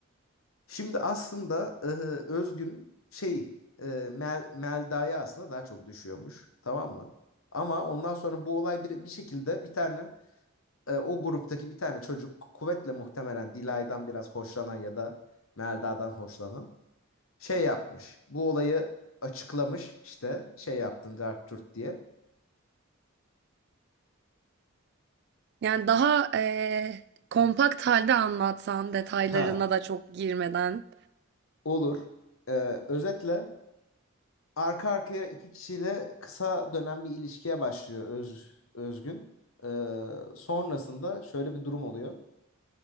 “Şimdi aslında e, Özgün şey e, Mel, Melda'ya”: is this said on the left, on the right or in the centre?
Left